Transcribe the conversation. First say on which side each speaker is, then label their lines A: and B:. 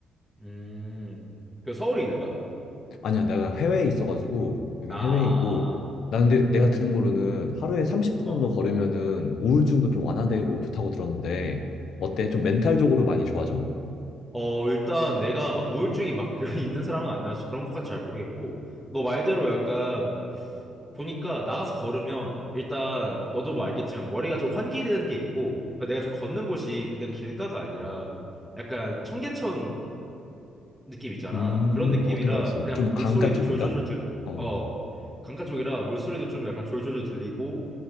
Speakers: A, in the centre; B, on the left.
A: 음, 그 서울에 있는 거야?
B: 아니야, 내가 해외에 있어가지고 여긴
A: 아,
B: 해외이고
A: 아,
B: 나는 근데 내가 들은 거로는 하루에 30분
A: 아,
B: 정도
A: 어.
B: 걸으면은 우울증도 좀 완화되고 좋다고 들었는데 어때? 좀 멘탈적으로 많이 좋아져?
A: 어, 일단 내가 막 우울증이 막 <laughs> 있는 사람은 아니라서 그런 것까지 잘 모르겠고, 너 말대로 약간 보니까 나가서 걸으면 일단 너도 뭐 알겠지만 머리가 좀 환기되는 게 있고, 그러니까 내가 좀 걷는 곳이 그냥 길가가 아니라 약간 청계천 느낌 있잖아.
B: 음,
A: 그런 느낌이라
B: 어떤 걸 알겠어.
A: 그냥
B: 좀
A: 뭐 물소리도
B: 강가 쪽인가?
A: 졸졸졸 들,
B: 어,
A: 어, 강가 쪽이라 물소리도 좀 약간 졸졸졸 들리고,